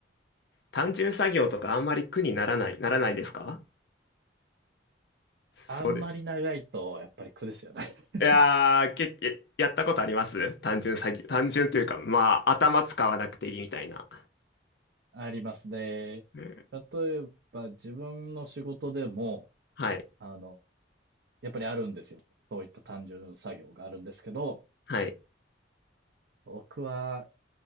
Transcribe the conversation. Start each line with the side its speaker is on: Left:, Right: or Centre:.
Left: 単純作業とかあんまり苦にならない、ならないですか
Right: あんまり長いとやっぱり苦ですよね。
Left: そうです。
Right: <laughs>
Left: いやー、け、えやったことあります単純詐欺。単純というか、まあ、頭使わなくていいみたいな。
Right: ありますね。
Left: うん
Right: 例えば自分の仕事でも、
Left: はい。
Right: あの、やっぱりあるんですよ。そういった単純作業があるんですけど、
Left: はい。
Right: 僕は